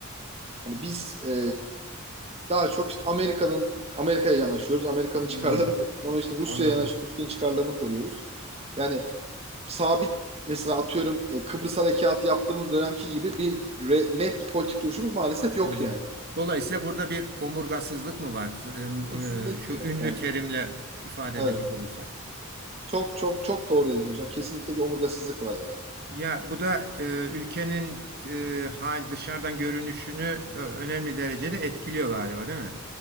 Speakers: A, on the right; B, on the right.
A: Hani biz ee, daha çok işte Amerika'nın Amerika'ya yanaşıyoruz. Amerika'nın
B: Hmm,
A: çıkarlarını koruyoruz. Sonra işte Rusya'ya
B: anladım,
A: yanaşıyoruz. Rusya'nın çıkarlarını koruyoruz. Yani sabit mesela atıyorum e, Kıbrıs Harekatı yaptığımız dönemki gibi bir re- net bir politik duruşumuz maalesef yok
B: anladım.
A: yani.
B: Dolayısıyla burada bir omurgasızlık mı var?
A: Kesinlikle.
B: E, e, Şu ünlü
A: Evet.
B: terimle ifade
A: Evet.
B: edecek olursak.
A: Çok çok çok doğru dediniz hocam. Kesinlikle bir omurgasızlık var yani.
B: Ya bu da e, ülkenin e, hal dışarıdan görünüşünü e, önemli derecede etkiliyor galiba değil mi?